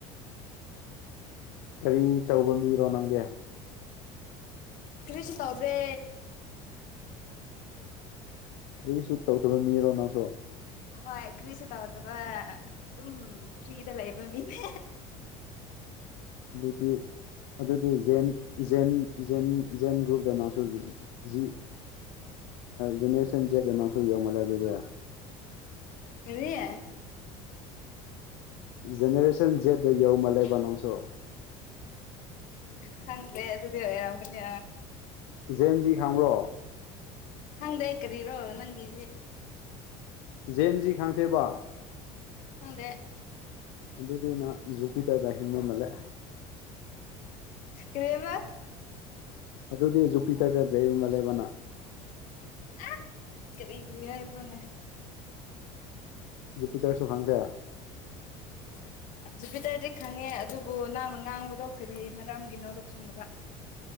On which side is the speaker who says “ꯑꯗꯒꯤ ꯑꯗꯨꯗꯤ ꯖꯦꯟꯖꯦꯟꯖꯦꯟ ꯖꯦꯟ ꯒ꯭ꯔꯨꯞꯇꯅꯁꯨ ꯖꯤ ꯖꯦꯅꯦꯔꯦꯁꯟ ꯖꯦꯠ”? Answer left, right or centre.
Left